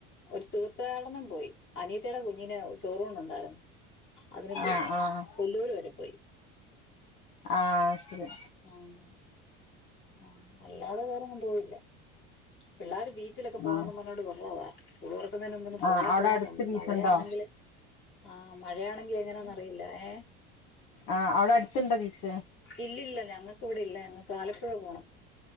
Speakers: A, on the left; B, on the left.
A: ഒരു തീർത്ഥാടനം പോയി അനിയത്തിയുടെ കുഞ്ഞിന് ചോറൂണ്ട ഉണ്ടായിരുന്നു അതിന് പോയി
B: ആഹ് ആഹ്
A: കുല്ലൂര് വരെ പോയി
B: ആഹ് ശരി
A: ആഹ് ആഹ് അല്ലാതെ വേറൊന്നും പോയില്ല പിള്ളേരു ബീ ച്ചിലൊക്കെ പോണന്ന്
B: ആഹ്
A: പറഞ്ഞോട് ബഹളമാ സ്ക്കുള് തോറക്കുന്നേന് ഒന്ന് പോയാൽ
B: ആഹ് അവിടെ
A: കൊള്ളാന്നുണ്ട്
B: അടുത്ത് ബീച്ചുണ്ടോ
A: മഴയാണെങ്കില് ആഹ് മഴയാണെങ്കി എങ്ങനാണ് അറിയില്ല ഏഹ്
B: ആഹ് അവടെ അടുത്ത്ണ്ടോ ബീച്ച്
A: ഇല്ലില്ല ഞങ്ങക്ക് ഇവിടെ ഇല്ല ഞങ്ങക്ക് ആലപ്പുഴ പോണം